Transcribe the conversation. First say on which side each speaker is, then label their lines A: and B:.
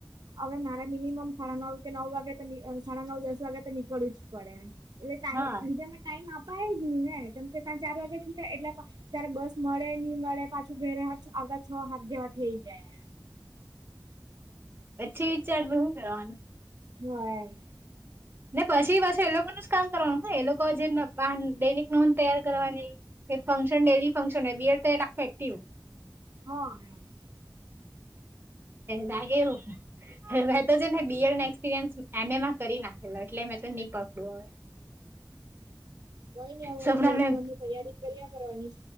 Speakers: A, on the right; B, on the right.
A: હવે મારે મિનિમમ સાડા નવ કે નવ વાગે તો નો. સાડા નવ દસ વાગ્યા તો નીકળવું જ પડે એમ એટલે ટમ
B: હા
A: બીજા ટાઈમ આપ. અપાય જ ની ને કેમ કે ત્યા ચાર વાગે છૂટે એટલે ત્યારે બસ મળે નહી મળે પાછું. વરે હાથ અગા છ હાથ જેવા થઇ જાય.
B: પછી વિચારનું હું કરવાનું.
A: જોઈએ.
B: ને પછી પાછી એ લોકોનું જ કામ કરવાનું એ લોકો જે દૈનિક નોંધ તૈયાર કરવાની. કે ફંક્શન ડેલી ફંક્શન બિયર તો લખો એક્ટિવ.
A: હ એમ
B: લાગે એવું તો છે ને બીડ એક્સપિરયન્સ. એને માં કરી નાખેલો એટલે મેં તો નહી પકડું હવે.
A: કઈ ની હવે
B: સપના
A: બધી એક્ઝામની
B: મેમ.
A: તૈયારી કર્યા કરવાની